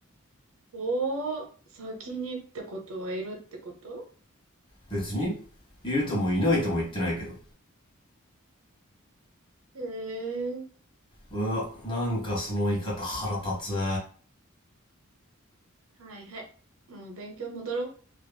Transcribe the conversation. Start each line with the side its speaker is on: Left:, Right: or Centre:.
Right: おー、先にってことはいるってこと
Left: 別にいるともいないとも言ってないけど
Right: ええー、
Left: うわなんかその言い方腹立つ
Right: はいはい。もう勉強戻ろ